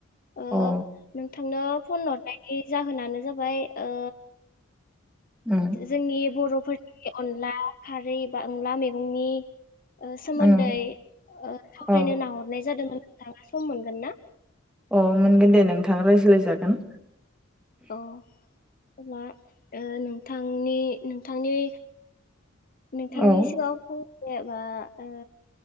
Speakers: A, on the left; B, in the centre.
A: ओ
B: अ
A: नोंथांनाव फन हरनायनि जाहोनानो जाबाय ओ
B: उम
A: जोंनि बर'फोर <unintelligible> अनला खारै बा अनला मैगंनि ओ सोमोन्दै
B: उम
A: ओ <unintelligible> ना
B: अ
A: हरनाय नाय जादों नोंथाङा सम मोनगोन ना?
B: अ मोनगोन दे नोंथां रायज्लायजागोन
A: अ अब्ला ओ नोंथांनि नोंथांनि नोंथांनि
B: औ
A: सिगाङाव जेनेबा ओ